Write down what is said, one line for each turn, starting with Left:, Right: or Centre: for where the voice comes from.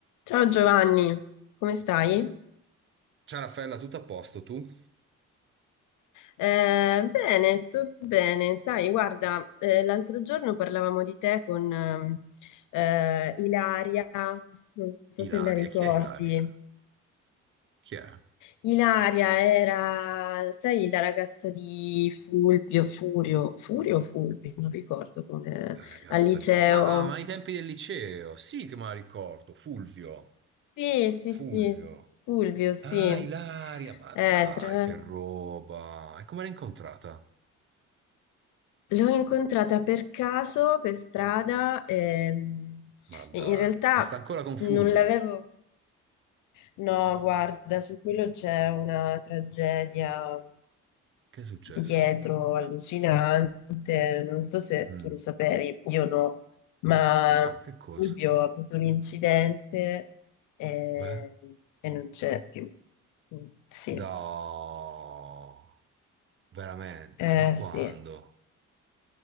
Left: Ciao Giovanni, come stai?
Right: Ciao Raffaella, tutto a posto tu?
Left: Eh, bene, sto bene. Sai, guarda, eh, l'altro giorno parlavamo di te con ehm, eh, Ilaria, non so
Right: Ilaria,
Left: se la ricordi.
Right: chi è Ilaria? Chi è?
Left: Ilaria era, sai, la ragazza di Fulvio, Furio, Furio o Fulvio, non ricordo come,
Right: La ragazza
Left: al liceo.
Right: di Fulvio. Ma, ah, ma ai tempi del liceo, sì che me la ricordo, Fulvio,
Left: Sì, sì,
Right: Fulvio.
Left: sì, Fulvio, sì.
Right: Ah, Ilaria, ma
Left: Eh,
Right: dai,
Left: tra l'altro.
Right: che roba. E come l'hai incontrata?
Left: L'ho incontrata per caso, per strada, ehm,
Right: Ma dai,
Left: e in realtà
Right: e sta ancora con Fulvio?
Left: non l'avevo... No, guarda, su quello c'è una tragedia
Right: Che è successo?
Left: dietro allucinante, non so se
Right: Mm.
Left: tu lo sapevi, io no, ma
Right: No, che cosa?
Left: Fulvio ha avuto un incidente e,
Right: Beh,
Left: e non c'è più. Mm, Sì,
Right: no, veramente,
Left: eh,
Right: ma quando?
Left: sì,